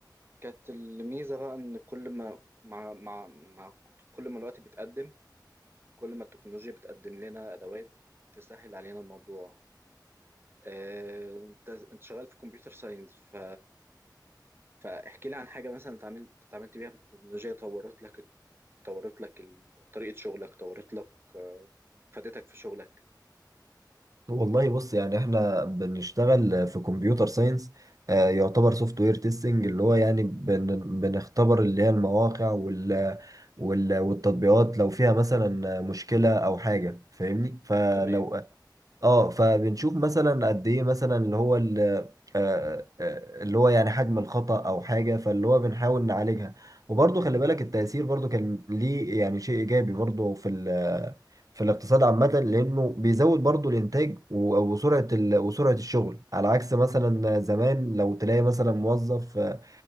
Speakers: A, on the right (about 30°); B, on the right (about 50°).
A: كانت الميزة بقى إن كل ما مع مع مع كل ما الوقت بيتقدم كل ما التكنولوجيا بتقدم لنا أدوات تسهل علينا الموضوع آه، أنت أنت شغال في كمبيوتر ساينس ف فاحكي لي عن حاجة مثلا اتعاملت اتعاملت بيها في التكنولوجيا طورت لك طورت لك ال- طريقة شغلك طورت لك آه، فادتك في شغلك
B: والله بص يعني احنا بنشتغل في كمبيوتر ساينس آه، يعتبر سوفت وير تيستنج اللي هو يعني بن بنختبر اللي هي المواقع وال وال والتطبيقات لو فيها مثلا مشكلة او حاجة فاهمني فلو
A: تمام
B: اه فبنشوف مثلا قد ايه مثلا اللي هو آه، آه، اللي هو يعني حجم الخطأ أو حاجة فاللي هو بنحاول نعالجها وبرضه خلي بالك التأثير برضه كان ليه يعني شيء إيجابي برضه في ال- في الاقتصاد عامة لأنه بيزود برضه الإنتاج و- وسرعة ال- وسرعة الشغل على عكس مثلا زمان لو تلاقي مثلا موظف آه،